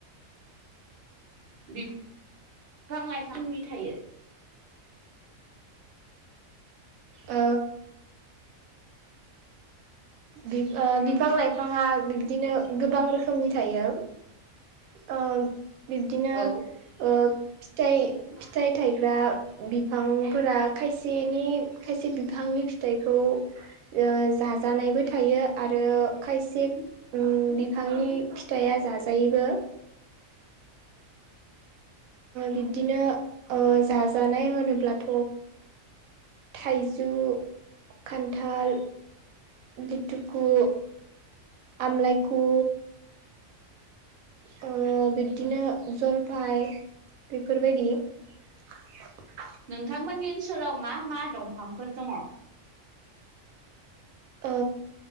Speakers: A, on the right; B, on the right.
A: बिफां लाइफांनि थायो
B: ओ बि ओ बिफां लाइफाङा बिब्दिनो गोबां रोखोमनि थायो ओ बिबदिनो
A: औ
B: ओ फिथइ फिथाइ थायग्रा बिफांफोरा खायसेनि खायसे बिफां नि फिथाइखौ ओ जा जानायबो थायो आरो खायसे बिफांनि फिथाइा जाजायोबो
A: <inaudible>
B: बिब्दिनो जाजानाय होनोब्लाथ' थाइजौ खान्थाल लिटुखौ आमलायखौ ओ बिब्दिनो जलफाय बेफोरबायदि <inaudible>
A: नोंथांमोननि ओनसोलाव मा मा दंफांफोर दङ
B: ओ